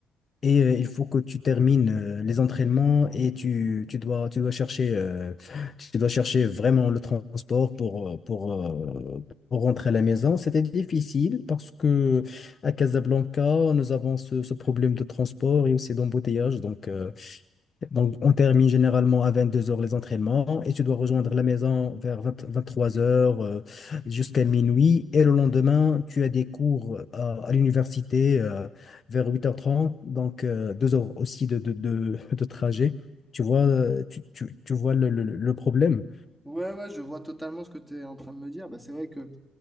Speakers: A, on the left; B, in the centre.
A: Et euh, il faut que tu termines euh, les entraînements et tu, tu dois, tu dois chercher, euh, tu dois chercher vraiment le transport pour, euh, pour, euh, pour rentrer à la maison. C'était difficile parce que à Casablanca, nous avons ce, ce problème de transport et aussi d'embouteillage. Donc, euh, donc, on termine généralement à 22 heures les entraînements et tu dois rejoindre la maison vers 23h jusqu'à minuit. Et le lendemain, tu as des cours à, à l'université euh, vers 8h30, donc euh, deux heures aussi de, de, de, de trajet. Tu vois, euh, tu, tu, tu vois le, le, le problème.
B: Ouais, ouais, je vois totalement ce que tu es en train de me dire. Bah, c'est vrai que